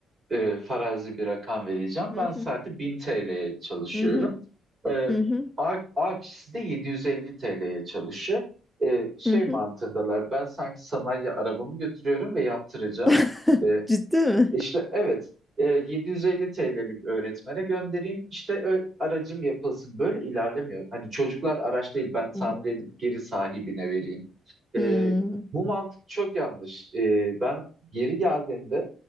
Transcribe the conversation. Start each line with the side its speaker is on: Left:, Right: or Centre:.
Right: e, farazi bir rakam vereceğim.
Centre: Mhm,
Right: Ben saati 1000 TL'ye çalışıyorum.
Centre: mhm,
Right: Ee,
Centre: mhm,
Right: A, A kişisi de 750 TL'ye çalışıyor. Ee, şey
Centre: mhm.
Right: mantığındalar, ben sanki sanayi arabamı götürüyorum ve yaptıracağım.
Centre: <laughs>
Right: E,
Centre: Ciddi mi?
Right: İşte evet e, 750 TL'lik öğretmene göndereyim işte ö- aracım yapılsın. Böyle ilerlemiyor. Hani çocuklar araç değil ben
Centre: Mhm.
Right: tamir edip geri sahibine vereyim. E,
Centre: Hmm,
Right: bu mantık çok yanlış. E, ben geri geldiğinde